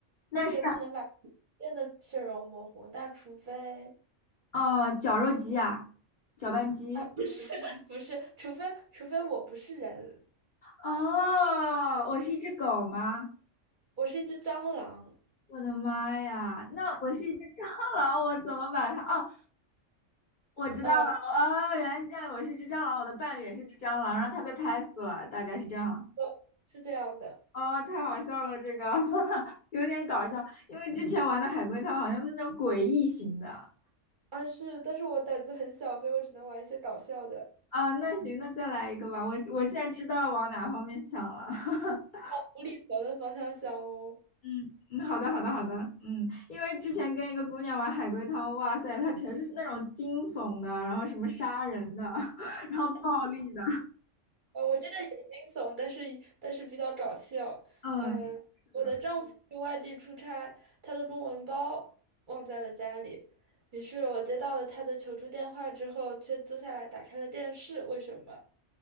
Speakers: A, on the left (about 50°); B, on the right (about 50°).
A: 那是
B: 拖鞋不能把人的血肉模糊，但除非
A: 哦，绞肉机啊，搅拌机。
B: <laughs> 不是，除非除非我不是人，
A: 哦，我是一只狗吗？
B: 我是一只蟑螂，
A: 我的妈呀，那我是一只蟑螂，我怎么把它？哦，我知道了，
B: 嗯
A: 哦，原来是这样，我是只蟑螂，我的伴侣也是只蟑螂，然后他被拍死了，大概是这样。
B: 呃，是这样的，
A: 哦，太好笑了，这个 <laughs> 有点搞笑，因为之前玩的海龟汤好像是那种诡异型的
B: 啊是，但是我胆子很小，所以我只能玩一些搞笑的。
A: 啊。那行，那再来一个吧，我我现在知道往哪方面想了。<laughs>
B: 无厘头的方向想哦。
A: 嗯嗯，好的好的好的，嗯，因为之前跟一个姑娘玩海龟汤，哇塞，她全是那种惊悚的，然后什么杀人的，<laughs> 然后暴力的，
B: 我我这个也惊悚，但是但是比较搞笑。
A: 嗯，
B: 嗯、
A: 是是的。
B: 我的丈夫去外地出差，他的公文包忘在了家里，于是我接到了他的求助电话之后，却坐下来打开了电视。为什么？